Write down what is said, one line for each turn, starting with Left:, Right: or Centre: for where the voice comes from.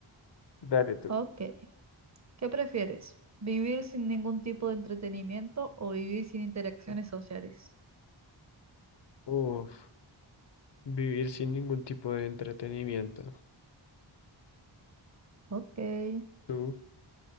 Left: Dale tú.
Right: Ok, ¿qué prefieres? ¿Vivir sin ningún tipo de entretenimiento o vivir sin interacciones sociales?
Left: Uf, Vivir sin ningún tipo de entretenimiento.
Right: Ok.
Left: ¿Tú?